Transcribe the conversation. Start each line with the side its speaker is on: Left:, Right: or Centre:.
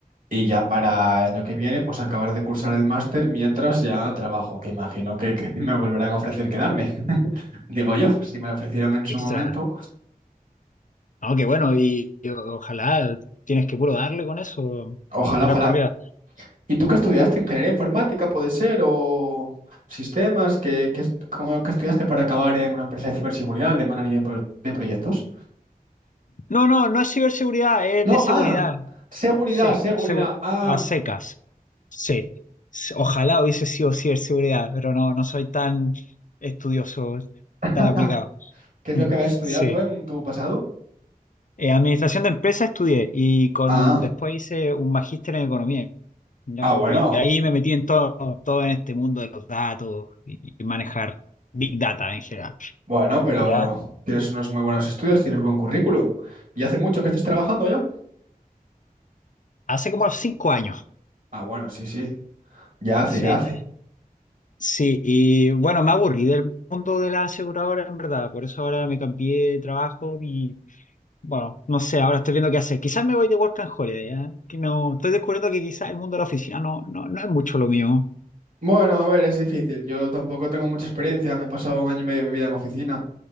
Right: y ya para el año que viene, pues acabar de cursar el máster mientras ya trabajo, que imagino que, que <laughs> me volverán a ofrecer quedarme. <laughs> Digo yo, si me lo ofrecieron en su
Left: extra?
Right: momento.
Left: No, qué bueno, y, y ojalá tienes que puro darle con eso,
Right: Ojalá,
Left: tirar
Right: ojalá.
Left: para arriba.
Right: ¿Y tú qué estudiaste? ¿Ingeniería informática puede ser? ¿O sistemas? ¿Qué, qué, est- cómo- qué estudiaste para acabar en una empresa de ciberseguridad, de manager de, pro- de proyectos?
Left: No, no, no es ciberseguridad, es
Right: No,
Left: de seguridad.
Right: ah, seguridad,
Left: Sí,
Right: seguridad.
Left: segu-
Right: Ah,
Left: a secas. Sí. S- Ojalá hubiese sido ciberseguridad, pero no, no soy tan estudioso,
Right: <laughs>
Left: tan aplicado.
Right: ¿qué es
Left: <laughs>
Right: lo que habías estudiado
Left: Sí.
Right: tú en tu pasado?
Left: Eh, administración de empresas estudié y con
Right: Ah,
Left: después hice un magíster en economía, ¿ya?
Right: ah, bueno.
Left: Y ahí me metí en todo, todo en este mundo de los datos y, y manejar big data en general,
Right: Bueno, pero
Left: ¿ya?
Right: tienes unos muy buenos estudios, tienes buen currículum. ¿Y hace mucho que estés trabajando ya?
Left: Hace como cinco años,
Right: Ah, bueno, sí, sí. Ya hace,
Left: sí.
Right: ya hace.
Left: Sí, y bueno, me aburrí del mundo de la aseguradora, en verdad, por eso ahora me cambié de trabajo y bueno, no sé, ahora estoy viendo qué hacer. Quizás me voy de Work and Holiday, ¿ya? Que no, estoy descubriendo que quizás el mundo de la oficina no, no, no es mucho lo mío.
Right: Bueno, a ver, es difícil. Yo tampoco tengo mucha experiencia. Me he pasado un año y medio de mi vida en oficina